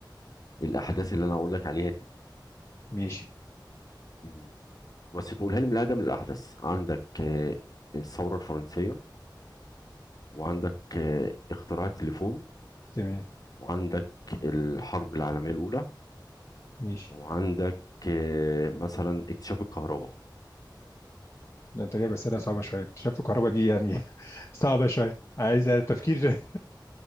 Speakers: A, on the left; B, on the left.
A: الاحداث اللي انا اقول لك عليها دي
B: ماشي
A: مم. بس تقولها لي من الاقدم للاحدث عندك آه، الثوره الفرنسيه وعندك آه، اختراع التليفون
B: تمام
A: وعندك الحرب العالميه الاولى
B: ماشي
A: وعندك آه، مثلا اكتشاف الكهرباء
B: ده انت جايب أسئلة صعبة شوية اكتشاف الكهرباء دي يعني <laughs> صعبة شوية عايزة تفكير <laughs>